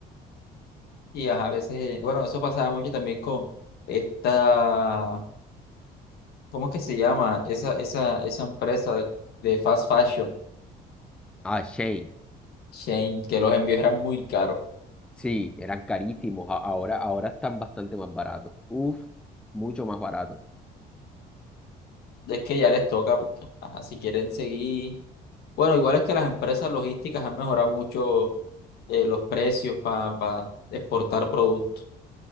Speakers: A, on the left; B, in the centre.
A: Y ajá, a veces, bueno, eso pasaba mucho también con esta, ¿cómo es que se llama? Esa, esa, esa empresa de fast fashion,
B: Ah, Shane,
A: Shane, que los envíos eran muy caros.
B: sí, eran carísimos, a- ahora, ahora están bastante más baratos. Uf, mucho más baratos.
A: Es que ya les toca, porque, ajá, si quieren seguir Bueno, igual es que las empresas logísticas han mejorado mucho eh, los precios para exportar productos.